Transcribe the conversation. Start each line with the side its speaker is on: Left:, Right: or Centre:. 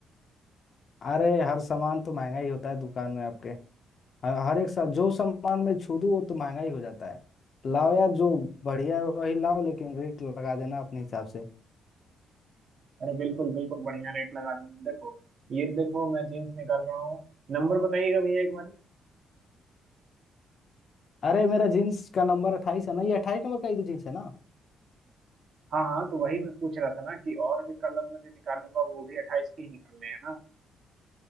Left: अरे हर सामान तो महंगा ही होता है दुकान में आपके हर हर एक सब जो सामान में छू दूं वो तो महंगा ही हो जाता है लाओ यार जो बढ़िया है वही लाओ लेकिन रेट लगा देना अपने हिसाब से
Right: अरे बिल्कुल बिल्कुल बढ़िया रेट लगा दूंगा देखो ये देखो मैं जीन्स निकाल रहा हूँ नंबर बताइएगा भैया एक बार
Left: अरे मेरा जीन्स का नंबर अट्ठाईस है ना ये अट्ठाईस नंबर का ही तो जीन्स है ना
Right: हाँ हाँ तो वही मैं पूछ रहा था ना कि और भी कलर में जो निकालूंगा वो भी अट्ठाईस के ही निकालने हैं ना